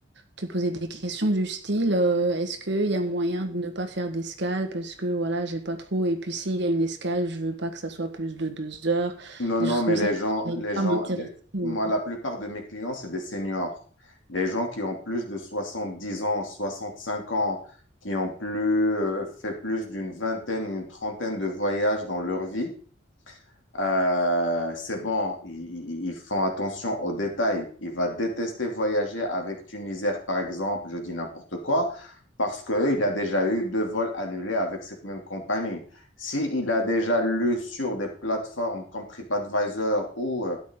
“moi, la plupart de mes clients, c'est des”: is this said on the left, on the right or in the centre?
Left